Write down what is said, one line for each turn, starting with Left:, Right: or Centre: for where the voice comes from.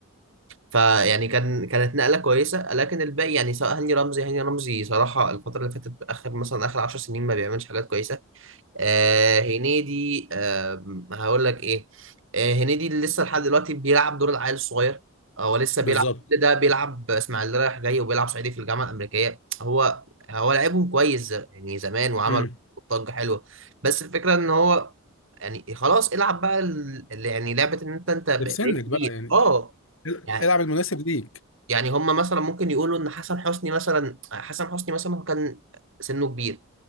Right: ف يعني كان كانت نقله كويسه لكن الباقي يعني سواء هاني رمزي هاني رمزي صراحه الفتره اللي فاتت اخر مثلا اخر 10 سنين ما بيعملش حاجات كويسه آه هنيدي آه هقول لك ايه آه هنيدي اللي لسه لحد دلوقتي بيلعب دور العيل الصغير آه، هو لسه
Left: بالظبط
Right: بيلعب كل ده بيلعب اسماعيليه رايح جاي وبيلعب صعيدي في الجامعه الامريكيه هو هو لعبهم كويس ز- يعني زمان وعمل
Left: امم
Right: ضجه حلوه بس الفكره ان هو يعني خلاص العب بقى ال- ال- يعني لعبه ان انت انت ب-
Left: ده في سنك
Right: بقيت
Left: بقى
Right: كبير
Left: يعني
Right: اه
Left: ال-
Right: يعني
Left: العب المناسب ليك
Right: يعني هم مثلا ممكن يقولوا ان حسن حسني مثلا حسن حسني مثلا هو كان سنه كبير